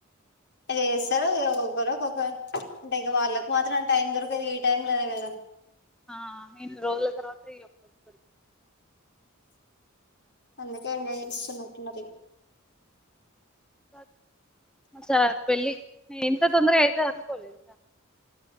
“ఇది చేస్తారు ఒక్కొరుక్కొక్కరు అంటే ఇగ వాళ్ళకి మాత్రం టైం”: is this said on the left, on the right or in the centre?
Left